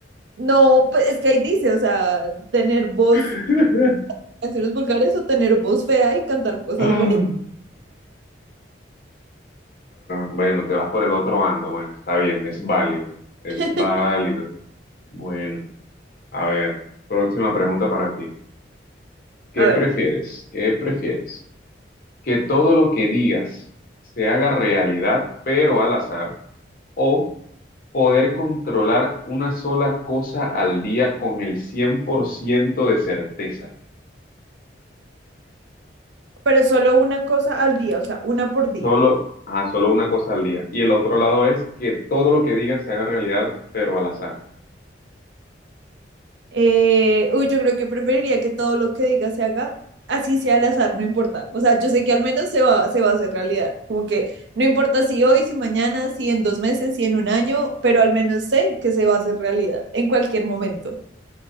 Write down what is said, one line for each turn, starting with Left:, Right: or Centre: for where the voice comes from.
Right: No, pues es que ahí dice, o sea, tener voz,
Left: <laughs>
Right: canciones vulgares o tener voz fea y cantar cosas
Left: Ajá,
Right: bonitas.
Left: Bueno, te vas por el otro bando. Bueno, está bien, es válido. Es
Right: <laughs>
Left: válido. Bueno, a ver, próxima pregunta para ti. ¿Qué
Right: A ver,
Left: prefieres? ¿Qué prefieres? ¿Que todo lo que digas se haga realidad, pero al azar? ¿O poder controlar una sola cosa al día con el 100% de certeza.
Right: pero solo una cosa al día, o sea, una por día.
Left: Solo, ajá, solo una cosa al día. Y el otro lado es que todo lo que digas se haga realidad, pero al azar.
Right: Eh, uy, yo creo que preferiría que todo lo que diga se haga, así sea al azar, no importa. O sea, yo sé que al menos se va, se va a hacer realidad. Como que no importa si hoy, si mañana, si en dos meses, si en un año, pero al menos sé que se va a hacer realidad en cualquier momento.